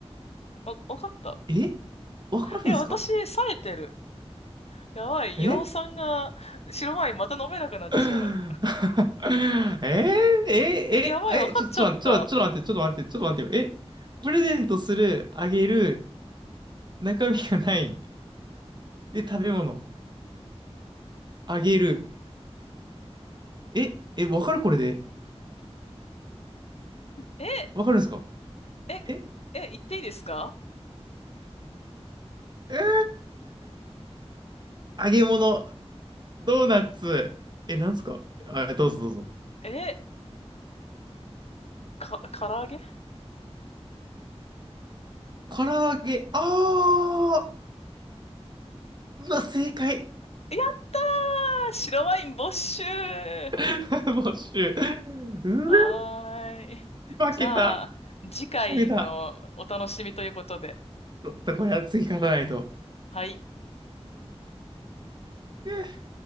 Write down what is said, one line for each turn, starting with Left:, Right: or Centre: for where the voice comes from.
Left: わ、わかった。
Right: えわかるんですか
Left: え、私、冴えてる。やばい。
Right: え
Left: 岩尾さんが白ワインまた飲めなくなっちゃう。
Right: <laughs> えー、えー、えー、
Left: え、やばい。
Right: え、
Left: わかっちゃった。
Right: ちょ、ちょ、ちょ、ちょっと待って、ちょっと待って、ちょっと待ってよ。え、プレゼントする、あげる、中身がない。で、食べ物、あげる。え、え、わかるこれで。
Left: え、
Right: わかるんですか
Left: え、
Right: え、
Left: え、言っていいですか
Right: うー揚げ物、ドーナツ。え、なんすかあ、どうぞどうぞ。
Left: え、か、唐揚げや
Right: 唐揚げ、あー、うわ、正解。
Left: ったー白ワイン没収は
Right: <laughs> 没収。う
Left: ーい。
Right: わ、
Left: じゃあ、
Right: 負けた。
Left: 次回のお楽しみということで。
Right: 負けた。ちょっとこれは次勝たないと。
Left: はい。
Right: で、